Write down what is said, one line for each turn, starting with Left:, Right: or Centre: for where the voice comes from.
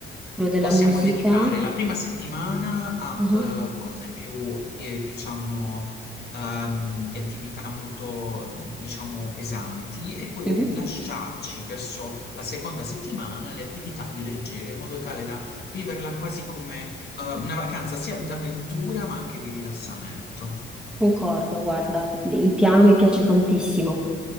Centre: quello della
Left: Possiamo
Centre: musica.
Left: dedicare la prima settimana a
Centre: Ah,
Left: eh, cose più, eh, diciamo, ehm, di attività molto, diciamo, pesanti e poi
Centre: mhm.
Left: lasciarci verso la seconda settimana le attività più leggere, in modo tale da viverla quasi come eh, una vacanza sia d'avventura ma anche di rilassamento.
Centre: Concordo, guarda, il piano mi piace tantissimo.